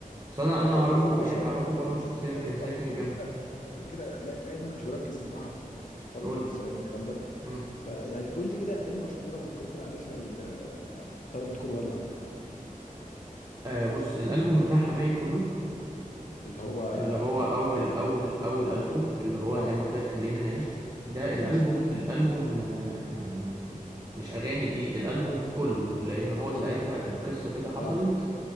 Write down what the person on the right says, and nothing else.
بس أنا
أنا
أعرفه
يعني أعرفه
برضه شخصيا
كان ساكن
جنبي
قول
لي
مم.
آه بص الألبوم بتاع حماقي كله
اللي هو أول
أول أول
ألبوم اللي هو
زي ما قلت لك خلينا نعيش ده
الألبوم الألبوم آه يعني مش أغاني فيه الألبوم كله لأن هو
ساعتها كانت قصة كده حصلت